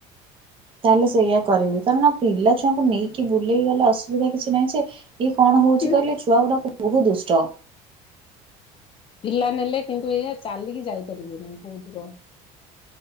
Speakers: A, on the right; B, on the left.
A: ତାହେଲେ ସେଇୟଆ କରିବି କାରଣ ପିଲାଛୁଆଙ୍କୁ ନେଇକି ବୁଲେଇି ଗଲେ ଅସୁବିଧା କିଛି ନାହିଁ ଯେ ଇଏ କଣ ହୋଉଚି
B: କି
A: କହିଲେ ଛୁଆ ଗୁଡା ବୋହୁତ ଦୁଷ୍ଟ।
B: ପିଲା ନେଲେ କିନ୍ତୁ ଏଇଆ ଚାଲିକି ଯାଇପାରିବେନି ବୋହୁତ ଦୂର।